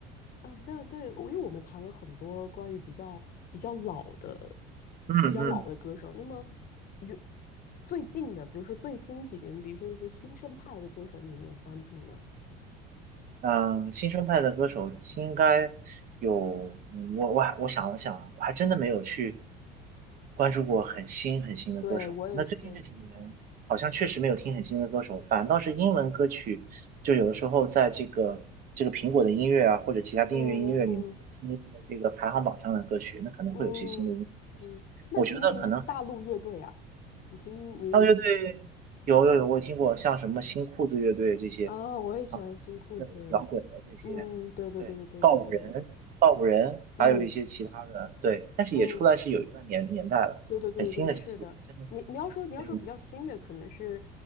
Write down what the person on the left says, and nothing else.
嗯，呃那对，我因为我们谈了很多关于比较比较老的、
比较老的歌手。那么，有最近的，比如说最新几年，比如说一些新生派的歌手，你有没有关注呢？
对，我也是。
嗯嗯
嗯嗯，那你听不听大陆乐队啊？
你听你
啊，我也喜欢新裤子。
嗯，对对对对对对对对，
嗯
嗯。对对对对对，
是的。你你要说你要说比较新的，
可能是